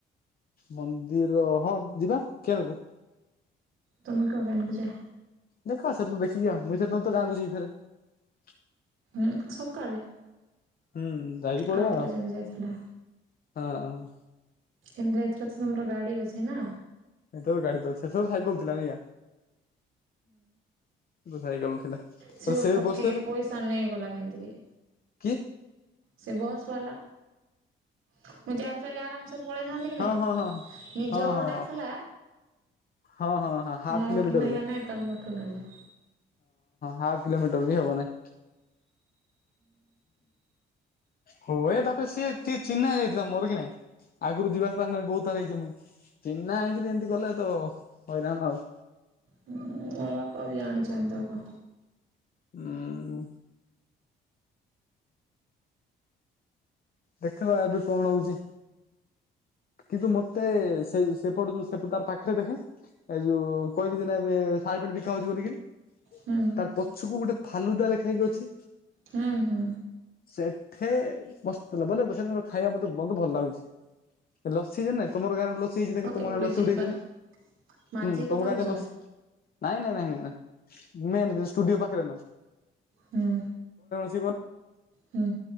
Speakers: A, on the left; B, on the right.
A: ମନ୍ଦିର ହଁ ଯିବା <unintelligible>
B: ତମେ <unintelligible>
A: ଦେଖ ସେଦନୁ ଦେଖିନିଅ ମୁଇ ସେଦିନ ତ ଗାଁକୁ ଯିବି ଫେରେ।
B: ଉଁ ସକାଳେ।
A: ହୁଁ ଯାଇକି ପଳେଇବା
B: ଆରଥର
A: ଆଉ
B: ଯେମିତି ଯାଇଥିଲା
A: ହଁ।
B: ଇନ୍ଦ୍ରା ଏଥରେ ତ ତମର ଗାଡି ଅଛି ନା।
A: ଏଥର ଗାଡି ତ ଅଛି ସେତେଳ ସାଇକେଲ ଥିଲା ନେଇଆ। <unintelligible> ସାଇକେଲ ଥିଲା।
B: ସିଅ
A: ସେ
B: ଠକିକି
A: ବର୍ଷେରୁ
B: ପଇସା ନେଇଗଲା କେମତି କି।
A: କିଏ?
B: ସେ ବସ ବାଲା ମୁଁ ଚାଲ ଚାଲି ଆରାମ ସେ ପଳେଇଥାନ୍ତି କି
A: ହଁ
B: ନାଇଁ
A: ହଁ ହଁ
B: ନିଜ
A: ହଁ
B: ଆଡୁ
A: ହଁ ହଁ
B: ଡାକଲା।
A: ହଁ ହଁ ହଁ ହାଫ୍
B: ମୋଠୁ
A: କିଲୋମିଟରକୁ
B: ନେଲା ନାଇଁ ତମୋଠୁ ନେଲା।
A: ହାଫ କିଲୋମିଟର ବି ହବନାହିଁ। ହୁଏ ତାପରେ ସିଏ ଚି ଚିହ୍ନା ହେଇ ଯାଇଥିଲା ମୋର କି ନାଇଁ? ଆଗୁରୁ ଯିବାସ ନଁ ବହୁତଥର ହେଇଛି ମୁଇଁ। ଚିହ୍ନା ହେଇକିରି ଏନ୍ତି କଲେ ତ ହଇରାଣ ଆଉ।
B: ହୁଁ ଆ ବାପା ବି ଜାଣିଛନ୍ତି ତାକୁ।
A: ହୁଁ। ଦେଖିବା ଏବେ କଣ ହଉଛି? କିନ୍ତୁ ମତେ ସେ ସେପଟେ ଯ ସେପଟ ତାର ପାଖରେ ଦେଖେ। ଏ ଯୋଉ କହିଲି ଯେନା ଏବେ ଶାଟ୍ ପେଣ୍ଟ ବିକା ହଉଛି ବୋଲିକିରି।
B: ହୁଁ
A: ତାର ପଛୁକୁ ଗୁଟେ ଫାଲୁଦା ଲେଖା ହେଇକି ଅଛି।
B: ହୁଁ ହୁଁ।
A: ସେଠେ ବସ୍ <unintelligible> ଖାଇବା ମତେ ବହୁତ୍ ଲାଗୁଛି ଲାଗୁଛି ଲସି ଯେନେ ତମର ଗାଁରେ ଲ ସିଜି ଦେଖେ
B: ହଁ କେବେ
A: ତୁମ
B: ଗୋଟେ
A: ଗାଁ ଲସି
B: ଯିବା
A: ଉଡେଇଛିନା
B: ମାଝି
A: ଉଁ
B: କଥା
A: ତମ ଗାଁକେ
B: କହୁଛ
A: ଲସି
B: ବା
A: ନାଇଁ ନାଇଁ ନାଇଁ ନାଁଇ ନ ମେନ୍ ଯେ ଷ୍ଟୁଡିଓ ପାଖରେ ନ।
B: ହୁଁ।
A: <unintelligible> ଜଣେ
B: ହୁଁ।